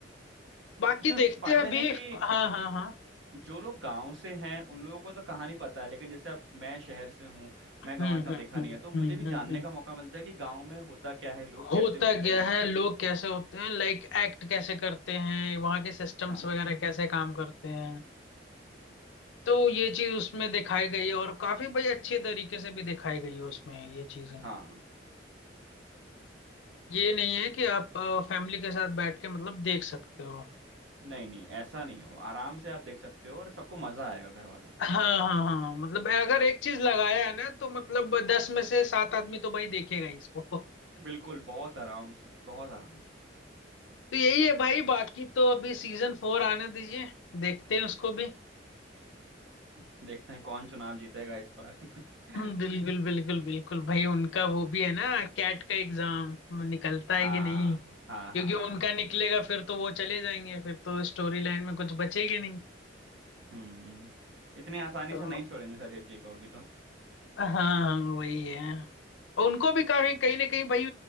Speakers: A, on the left (about 75°); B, on the right (about 85°).
A: बाकी
B: इसमें
A: देखते
B: फायदा
A: हैं अभी
B: है ना
A: हाँ
B: कि
A: हाँ हाँ
B: जो लोग गांव से हैं उन लोगों को तो कहानी पता है लेकिन जैसे अब मैं शहर से हूँ
A: हम्म
B: मैं गांव इतना
A: हम्म
B: देखा
A: हम्म
B: नहीं है तो मुझे
A: हम्म
B: भी जानने
A: हम्म हम्म।
B: का मौका मिलता है कि गांव में होता क्या है लोग
A: होता
B: कैसे होते
A: क्या
B: हैं
A: है लोग कैसे होते हैं लाइक एक्ट कैसे करते हैं वहाँ के सिस्टम्स
B: हाँ
A: वगैरह कैसे काम करते हैं तो ये चीज उसमें दिखाई गई है और काफी भाई अच्छे तरीके से भी दिखाई गई है उसमें ये चीजें
B: हाँ
A: ये नहीं है कि आप फैमिली के साथ बैठ के मतलब देख सकते हो
B: नहीं नहीं ऐसा नहीं हो आराम से आप देख सकते हो और सबको मजा आएगा घर वालों को
A: हाँ हाँ हाँ हाँ, मतलब अगर एक चीज लगाया है ना तो मतलब दस में से सात आदमी तो भाई देखेगा ही इसको <laughs>
B: बिल्कुल बहुत आराम से बहुत आराम से
A: तो यही है भाई बाकी तो अभी सीजन फोर आने दीजिए देखते हैं उसको भी
B: देखते हैं कौन चुनाव जीतेगा इस बार <laughs>
A: हम्म, बिल्कुल बिल्कुल बिल्कुल भाई उनका वो भी है ना कैट का एग्जाम निकलता
B: हाँ
A: है कि नहीं
B: हाँ
A: क्योंकि
B: हाँ हाँ
A: उनका निकलेगा फिर तो वो चले जाएंगे फिर तो स्टोरी लाइन में कुछ बचेगी
B: हम्म इतनी आसानी
A: तो
B: से नहीं छोड़ेंगे सचिव जी को अभी तो
A: हाँ हाँ वही है और उनको भी कहीं कहीं ना कहीं भाई